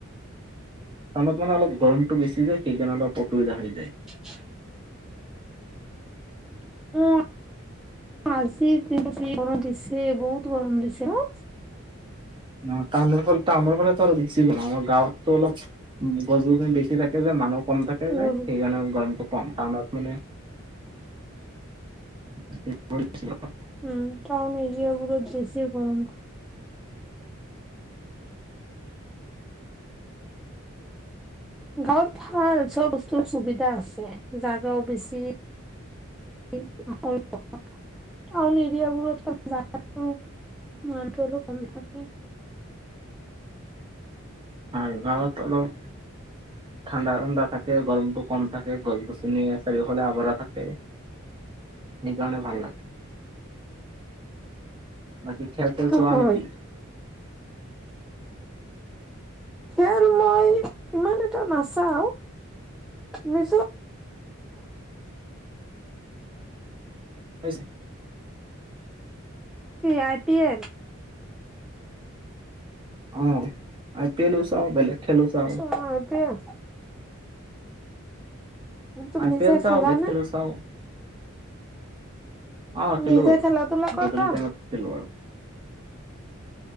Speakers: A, on the right (about 25°); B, in the centre.
A: নত মান অলপ গৰমটো বেছি যায় সেইকাৰণে অলপ অসুবিধা হৈ যায়।
B: <inaudible> <unintelligible> আজিৰ দিনটো গৰম দিছে বহুত গৰম দিছে ন?
A: অ', টাউনৰ ফালে টাউনৰ ফালেতো আৰু বেছি গৰম আমাৰ গাঁৱতো অলপ গছ গছনি বেছি থাকে যে, মানুহ কম থাকে
B: উম
A: যে, সেইকাৰণে গৰমটো কম টাউনত মানে <unintelligible>
B: উম, টাউন এৰিয়াবোৰত বেছিয়ে গৰম। গাঁৱত ভাল চব বস্তুৰে সুবিধা আছে জাগাও বেছি। <unintelligible> টাউন এৰিয়াবোৰত জাগা <unintelligible> কম থাকে।
A: হয়, গাওঁত অলপ ঠাণ্ডা ঠাণ্ডা থাকে গৰমটো কম থাকে গছ গছনি ন চাৰিওফালে আৱৰা থাকে সেইকাৰণে ভাল লাগে বাকী খেল চেল চোৱা
B: হয়
A: নেকি
B: খেল মই সিমান এটা নাচাওঁ নিজৰ
A: হৈছে
B: কি আই পি এল
A: অ আই পি এলও চাওঁ বেলেগ খেলো চাওঁ
B: অ আই পি এল তুমি
A: আই
B: নিজে
A: পি এল চাওঁ
B: খেলা
A: বেলেক
B: নে
A: খেলো চাওঁ অ খেলো
B: নিজে খেলা ধূলা কৰা
A: গধূলি টাইমত খেলো আৰু